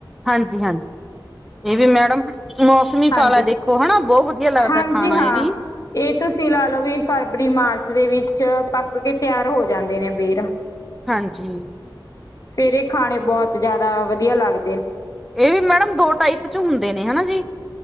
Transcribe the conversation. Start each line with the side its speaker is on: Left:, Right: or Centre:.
Centre: ਹਾਂਜੀ, ਹਾਂਜੀ ਏਹ ਵੀ ਮੈਡਮ ਮੌਸਮੀ ਫਲ
Left: ਹਾਂਜੀ,
Centre: ਹੈ ਦੇਖੋ ਹਨਾ ਬਹੁਤ ਵਧੀਆ ਲੱਗਦਾ
Left: ਹਾਂਜੀ
Centre: ਖਾਣਾ
Left: ਹਾਂ
Centre: ਇਹ ਵੀ।
Left: ਏਹ ਤੁਸੀ ਲਾ ਲੋ ਵੀ ਫਰਵਰੀ, ਮਾਰਚ ਦੇ ਵੀ। ਵਿੱਚ ਪੱਕ ਕੇ ਤਿਆਰ ਹੋ ਜਾਂਦੇ ਨੇ ਬੇਰ।
Centre: ਹਾਂਜੀ
Left: ਫੇਰ ਏ ਖਾਣੇ ਬੋਤ <inaudible> <inaudible> ਵਧੀਆ ਲਾਗ
Centre: ਏਵੀ ਮੈਡਮ ਦੋ ਟਾਈਪ ਹੂਨ <inaudible> ਹਨਾ ਜੀ।